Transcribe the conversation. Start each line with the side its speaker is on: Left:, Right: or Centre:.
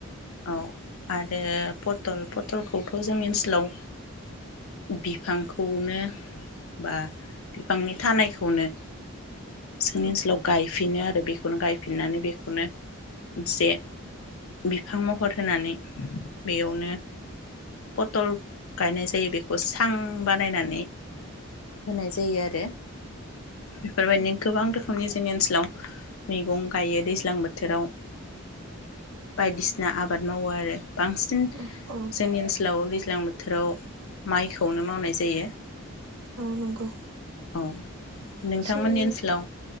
Left: औ आरो पत टल पटलखौथ' जोंनि ओन्सलाव बिफांखौनो बा बिफांनि थानायखौनो जोंनि
Right: औ
Left: ओन्सोलाव गायफिनो आरो बेखौ गायफिननानै बेखौनो नसे बिफां महर होनानै बेयावनो पटल गायनाय जा जायो बेखौ सां बानायनानै होनाय जायो आरो बेफोरबायदिनो गोबां रोखोमनि जोंनि ओन्सोलाव मैगं गायो दैज्लां बोथोराव बायदिसिना आबाद मावो आरो बांसिन
Right: औ
Left: जोंनि ओन्सोलाव लां बोथोराव माइखौनो मावनाय जायो
Right: औ नंगौ
Left: औ नोंथांमोननि
Right: जोंनि
Left: ओनसोलाव